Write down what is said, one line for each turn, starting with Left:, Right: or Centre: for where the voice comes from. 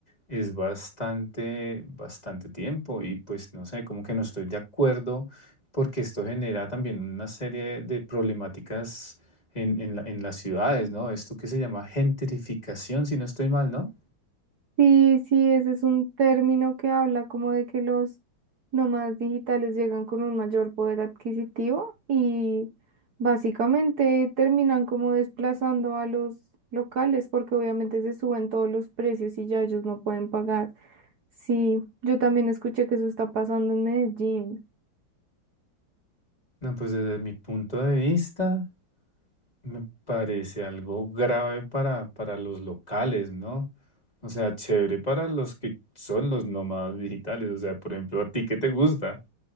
Left: Es bastante, bastante tiempo y pues no sé, como que no estoy de acuerdo porque esto genera también una serie de problemáticas en, en la- en las ciudades, ¿no? Esto que se llama gentrificación, si no estoy mal, ¿no?
Right: Sí, sí, ese es un término que habla como de que los nómadas digitales llegan con un mayor poder adquisitivo y básicamente terminan como desplazando a los locales porque obviamente se suben todos los precios y ya ellos no pueden pagar. Sí, yo también escuché que eso está pasando en Medellín.
Left: No, pues desde mi punto de vista me parece algo grave para, para los locales, ¿no? O sea, chévere para los que son los nómadas digitales, o sea, por ejemplo, a ti que te gusta.